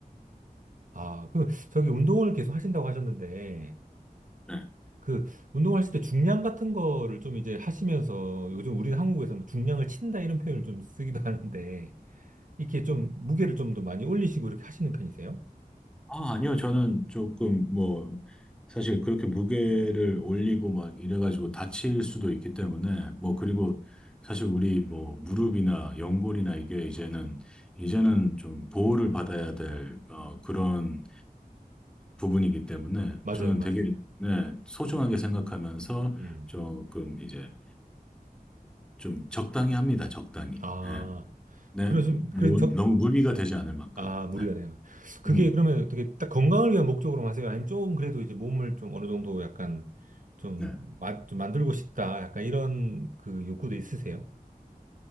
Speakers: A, on the right; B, in the centre.
A: 아, 그, 저기 운동을 계속 하신다고 하셨는데,
B: 네.
A: 그, 운동하실 때 중량 같은 거를 좀 이제 하시면서, 요즘 우리 한국에서는 중량을 친다 이런 표현을 좀 쓰기도 <laughs> 하는데, 이렇게 좀 무게를 좀 더 많이 올리시고 이렇게 하시는 편이세요?
B: 아, 아니요. 저는 조금 뭐, 사실 그렇게 무게를 올리고 막 이래가지고 다칠 수도 있기 때문에, 뭐, 그리고
A: 음.
B: 사실 우리 뭐, 무릎이나 연골이나 이게 이제는, 이제는 좀 보호를 받아야 될, 어, 그런 부분이기 때문에
A: 맞아요,
B: 저는
A: 맞아요.
B: 되게 네, 소중하게 생각하면서
A: 음.
B: 조금 이제 좀 적당히 합니다. 적당히.
A: 아,
B: 예. 네,
A: 그러시면,
B: 뭐,
A: 그럼 적,
B: 너무 무리가 되지 않을 만큼.
A: 아, 무리가
B: 네.
A: 네요 그게
B: 음,
A: 그러면 어떻게 딱 건강을 위한 목적으로 하세요? 아니면 조금 그래도 이제 몸을 좀 어느 정도 약간 좀,
B: 네.
A: 마, 좀 만들고 싶다, 약간 이런 그 욕구도 있으세요?